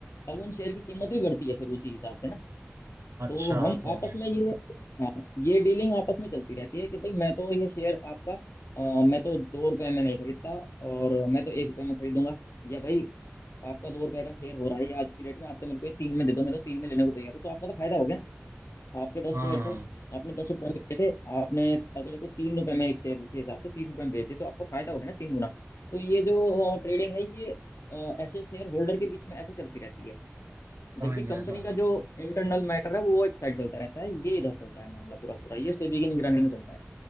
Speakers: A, on the left; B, on the right.
A: अब उन शेयर की कीमत भी बढ़ती है फिर उसी हिसाब से ना
B: अच्छा,
A: तो हम
B: समझ
A: आपस
B: गया समझ
A: में ये
B: गया।
A: हाँ ये डीलिंग आपस में चलती रहती है कि भाई मैं तो ये शेयर आपका अ, मैं तो दो रुपए में नहीं खरीदता और मैं तो एक रुपए में खरीदूंगा या भाई आपका दो रुपए का शेयर हो रहा है ये आज की डेट में आप तो मेरे को ये तीन में दे दो मैं तो तीन में लेने को तैयार हूँ तो आपका तो फायदा हो गया ना आपके दस
B: हाँ,
A: शेयर
B: हाँ,
A: थे आपने दस रुपए में लिए थे आपने अगले को तीन रुपए में एक शेयर के हिसाब से तीस रुपए में बेचे तो आपको फायदा हो गया ना तीन गुना तो ये जो ट्रेडिंग है ये अ, ऐसे शेयर होल्डर के बीच में ऐसे चलती रहती है
B: समझ
A: जबकि
B: गया
A: कंपनी
B: समझ
A: का
B: गया।
A: जो इंटरनल मैटर है वो एक साइड चलता रहता है ये इधर चलता है मामला पूरा पूरा ये सेबी की निगरानी में चलता है